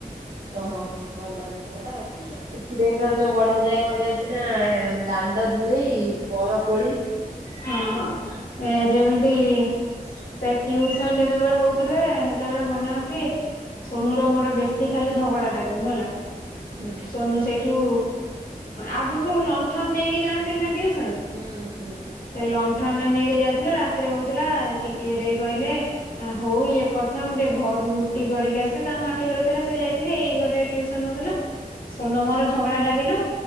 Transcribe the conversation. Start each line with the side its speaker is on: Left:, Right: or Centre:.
Right: ଓହୋ ଭଲ ଜିନିଷ ଟେ ଆଉ। ଟିକି ଦେଇଙ୍କର ଯୋଉ ବଢା ଯାଏ ମନେ ଅଛି ନା ଦାଣ୍ଡ ଧୂଳି ବରକୋଳି।
Left: ହଁ ଏ ଯେମିତି ସେ ଟିୁସନ ଯେତେବେଳେ ହଉ ଥିଲେ ସେତେବେଳେ ମନେ ଅଛି ସୋନୁ ର ମୋର ବେଶୀ ଖାଲି ଝଗଡା ଲାଗିବୁ ହେଲା।
Right: ହୁଁ।
Left: ସୋନୁ ସେଇଠୁ ଆଗରୁ ସବୁ ଲଣ୍ଠନ ନେଇକି ଯାଆନ୍ତି ନା ଟିଉସନ୍?
Right: ହୁଁ ହୁଁ।
Left: ସେ ଲଣ୍ଠନ ନେଇକି ଯାଇଥିଲୁ ରାତିରେ ହଉଥିଲା ଟିକିଦେଇ କହିଲେ ଆ ହଉ ଇଏ କଥା ମୁଁ ଟିକେ ଘରୁ ରୁଟି କରିକି ଆସେ ତାଙ୍କ ମାଟି ଘରେ ଥିଲା ସେ ଯାଇଥିଲେି ଏଇ ଘରେ ଟିଉସନ ହଉଥିଲା ସୋନୁ ର ମୋର ଝଗଡା ଲାଗିଲୁ,